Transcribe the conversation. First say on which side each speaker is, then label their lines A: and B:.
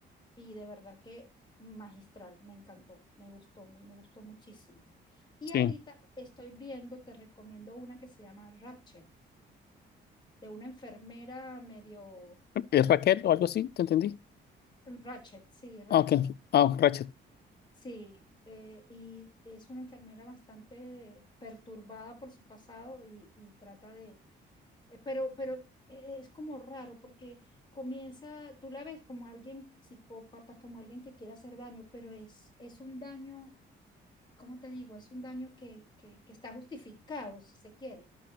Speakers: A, on the left; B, on the left.
A: y de verdad que magistral, me encantó, me gustó, muy- me gustó muchísimo. Y ahorita
B: Sí.
A: estoy viendo, te recomiendo una que se llama Ratched de una enfermera medio...
B: ¿Es Raquel o algo así? ¿Te entendí?
A: Ratched sí, Ratched
B: Ah, ok. Ah, Rachel.
A: sí. eh, y es una enfermera bastante perturbada por su pasado y, y trata de... eh, pero, pero eh, es como raro porque comienza, tú la ves como alguien psicópata, como alguien que quiere hacer daño, pero es, es un daño como te digo, es un daño que, que, que está justificado, si se quiere.